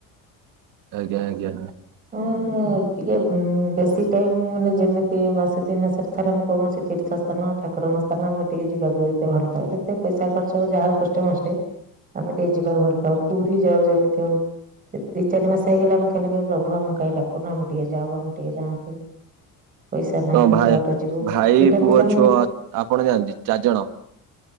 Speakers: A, on the right (about 60°); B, on the right (about 25°).
A: ଆଜ୍ଞା ଆଜ୍ଞା।
B: ହଁ ଟିକେ ହଁ ବେଶୀ ଟାଇମ୍ ମାନେ ଯେମିତି ମାସେ ଦି ମାସରେ ଥରେ ଆମଁ କୌଣସି ତୀର୍ଥସ୍ଥାନ ଠାକୁରଙ୍କ ସ୍ଥାନ ଆମେ ଟିକେ ଯିବାକୁ ଏତେ ଭଲ ପାଉ ଯେତେ ପଇସା ଖର୍ଚ୍ଚ ଯାହାହୋଉ କଷ୍ଟ ମଷ୍ଟେ ଆମେ ଟିକେ ଯିବାକୁ ଭଲ ପାଉ ପୁରି ଯାଉ ଯେମିତି ହୋଉ ଦି-ଦି ଚାରି ମାସ ହେଇଗଲା ଆମେ ଖାଲି ପ୍ରଭୁ ଆମକୁ କାଇଁ ଡାକୁନ ଆମେ ଟିକେ ଯାଉ ଆମେ ଟିକେ ଯାଆନ୍ତୁ। ପଇଷା ନାହିଁ
A: ତମ ଭାଇ
B: ଏତେ ବାଟ ଯିବୁ
A: ଭାଇ
B: ଦିଟା
A: ପୁଅ
B: ପିଲାଙ୍କୁ
A: ଝୁଅ
B: ନେଇ
A: ଆପଣ ଯାଆନ୍ତି ଚାରି ଜଣ?